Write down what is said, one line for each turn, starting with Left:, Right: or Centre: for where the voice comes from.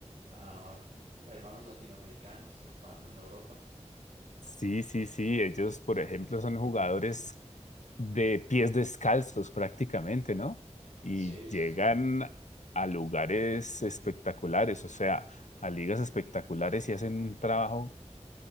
Right: a hermanos latinoamericanos triunfando en Europa.
Left: Sí, sí, sí. Ellos, por ejemplo, son jugadores de pies descalzos prácticamente, ¿no? Y
Right: Sí,
Left: llegan
Right: sí, sí.
Left: a lugares espectaculares, o sea, a ligas espectaculares y hacen un trabajo